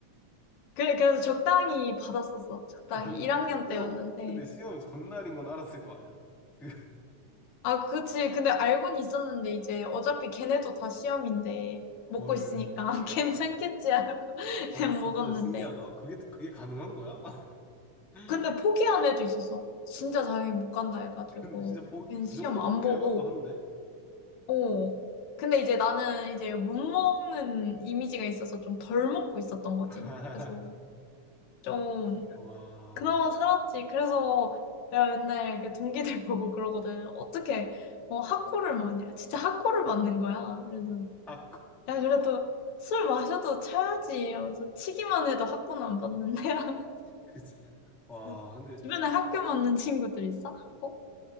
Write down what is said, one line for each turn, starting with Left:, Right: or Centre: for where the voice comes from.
Left: 그래- 그래서 적당히 받았었어. 적당히
Centre: 아니,
Left: 1학년
Centre: 시험,
Left: 때였는데.
Centre: 근데 시험 전날인 건 알았을 거 아니야. 그,
Left: 아, 그치. 근데 알고는 있었는데, 이제 어차피 걔네도 다 시험인데, 먹고
Centre: 헐.
Left: 있으니까 <laughs> 괜찮겠지 하고 <laughs>
Centre: 와,
Left: 그냥
Centre: 진짜
Left: 먹었는데.
Centre: 신기하다. 그게, 그게 가능한 거야? <laughs>
Left: 근데 포기한 애도 있었어. 진짜 자기 못 간다 해가지고.
Centre: 근데 진짜 보기
Left: 그냥
Centre: 그
Left: 시험
Centre: 정도면
Left: 안
Centre: 포기할
Left: 보고,
Centre: 만도 한데.
Left: 어. 근데 이제 나는 이제 못 먹는 이미지가 있어서 좀 덜 먹고 있었던 거지.
Centre: <laughs>
Left: 그래서 좀,
Centre: 와.
Left: 그나마 살았지. 그래서 내가 맨날 그 동기들 <laughs> 보고 그러거든. 어떻게, 어, 학고를 맞냐. 진짜 학고를 맞는 거야. 그래서.
Centre: 아, 그,
Left: 야, 그래도 술 마셔도 차야지 하면서 치기만 해도 학고는 안 봤는데.
Centre: 그지. 와,
Left: <laughs>
Centre: 근데
Left: 주변에 학교 맞는 친구들 있어? 학고?